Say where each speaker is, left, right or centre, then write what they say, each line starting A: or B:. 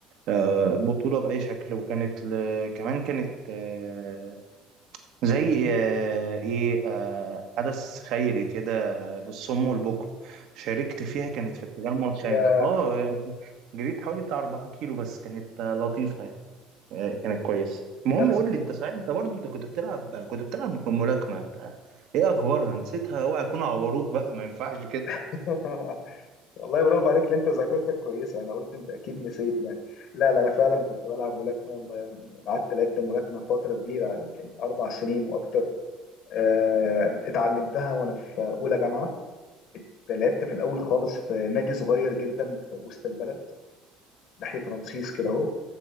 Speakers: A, on the right (about 65°); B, on the left (about 65°).
A: آه، بطولة بأي شكل وكانت ل... كمان كانت آه، زي آه، ايه آه، حدث خيري كده للصم والبكم شاركت فيها كانت في التجمع الخامس
B: يا
A: اه جريت حوالي بتاع 4 كيلو بس كانت آه، لطيفة يعني آه، كانت كويسة المهم
B: لا بس
A: قول لي انت صحيح انت برضه انت كنت بتلعب كنت بتلعب ملاكمة انت ايه اخبارها نسيتها اوعى يكونوا عوروك بقى ما ينفعش كده
B: <laughs> والله برافو عليك اللي انت ذاكرتك كويسه انا قلت انت اكيد نسيت يعني لا لا انا فعلا كنت بلعب ملاكمه ب- قعدت لعبت ملاكمه فتره كبيره يمكن اربع سنين واكتر آه، اتعلمتها وانا في اولى جامعه لعبت في الاول خالص في نادي صغير جدا في وسط البلد ناحيه رمسيس كده اهو